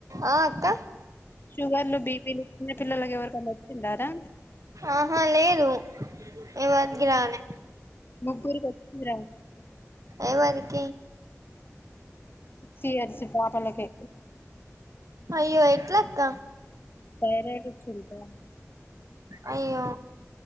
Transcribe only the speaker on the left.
షుగర్లు బిపీలు చిన్న పిల్లలకి ఎవరికన్నా వచ్చిందా రా
ముగ్గురుకొచ్చిందిర
సీ అర్షి పాపలకే
థైరాయిడ్ ఒచ్చింది రా